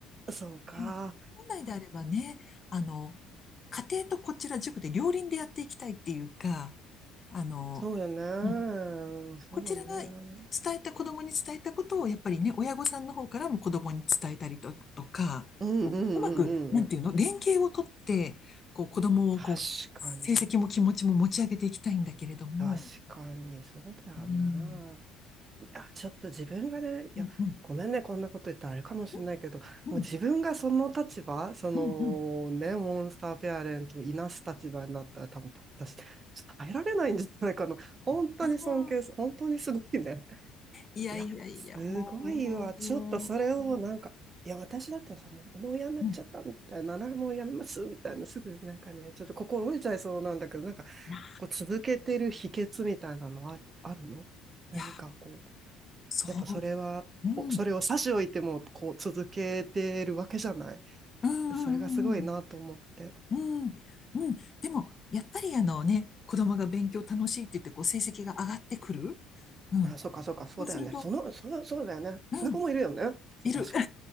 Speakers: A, on the right (about 35°); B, on the left (about 30°).
A: そうか。
B: うん本来であればね、
A: あ
B: あの、家庭とこちら塾で両輪でやっていきたいっていうか、あの、
A: そうよね。
B: うん
A: そうね。
B: こちらが伝えた、子供に伝えたことを、やっぱりね、親御さんの方からも子供に伝えたりと、とか、
A: うん、
B: こううまく、
A: うん、うん、うん。
B: なんていうの、
A: うん
B: 連携をとって、こう、子供を、
A: 確かに。
B: こう、成績も気持ちも持ち上げていきたいんだけれども、
A: 確かに、そうだよね。
B: うん、
A: いや、ちょっと自分がね、いや、
B: うん、うん、
A: ごめんね、こんなこと言ったらあれかもしれないけど、
B: うん、うん、
A: もう自分がその立場、そ
B: うん、
A: のね、モンスターペアレントをいなす立場になったら、多分私、ちょっと耐えられないんじゃないかな。本当に尊敬す、
B: うん、うん
A: 本当にすごいね。
B: いやいやいや、
A: いや、すごいわ。
B: も
A: ちょっとそれをなんか、いや、私だったらさ、もう、もう嫌になっちゃったみたいな、
B: う、うん
A: なもうやめますみたいな、すぐなんかね、ちょっと心折れちゃいそうなんだけど、なんか、
B: いや、
A: こう続けてる秘訣みたいなのはあるの何かこう。
B: いやそ
A: やっぱそれは、
B: う、うん、
A: おそれを差し置いても、こう続けてるわけじゃない。
B: うん、
A: それがすごいなと思って。
B: うん、うん、うん。でも、やっぱりあのね、子供が勉強楽しいって言って、こう、成績が上がってくる。うん。
A: あ、そうか、そうか、そうだよね。
B: そうすると、
A: その、そう、そうだよね。そういう子もいるよね。
B: うん、
A: そう、
B: いる。
A: 確か